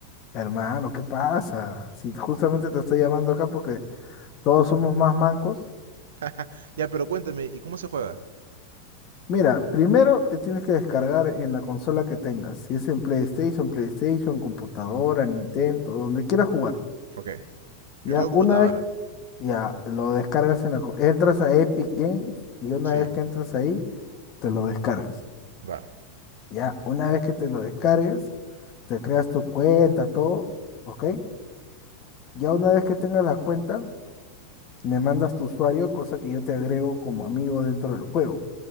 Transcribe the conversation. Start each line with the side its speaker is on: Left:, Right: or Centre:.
Left: Hermano, ¿qué pasa? Si justamente te estoy llamando acá porque todos somos más mancos.
Right: <laughs> Ya, pero cuéntame, ¿y cómo se juega?
Left: Mira, primero te tienes que descargar en la consola que tengas. Si es en PlayStation, PlayStation, computadora, Nintendo, donde quieras jugar.
Right: Ok,
Left: Ya
Right: yo tengo computadora.
Left: una vez ya lo descargas en la, co- entras a Epic Games y una
Right: Sí,
Left: vez que entras ahí, te lo descargas.
Right: va,
Left: Ya una vez que te lo descargues, te creas tu cuenta, todo, ¿ok? Ya una vez que tengas la cuenta, me mandas tu usuario, cosa que yo te agrego como amigo dentro del juego.